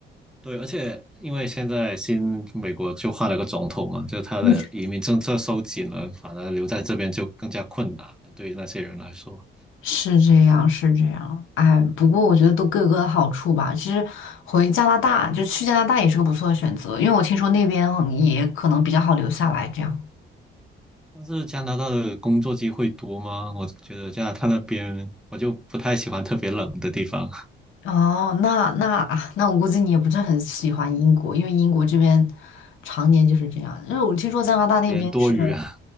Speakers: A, in the centre; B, on the left.
A: 对，而且因为现在新美国就换了个总统嘛，就他的移民政策收紧了，
B: <laughs>
A: 反而留在这边就更加困难了，对于那些人来说。
B: 是这样，是这样。哎，不过我觉得都各有各的好处吧。其实回加拿大，就去加拿大也是个不错的选择，因为我听说那边也可能比较好留下来这样。
A: 但是加拿大的工作机会多吗？我觉得加拿大那边我就不太喜欢特别冷的地方，
B: 哦，那那啊，那我估计你也不是很喜欢英国，因为英国这边常年就是这样。因为我听说加拿大那边是，
A: 两年多雨 <laughs>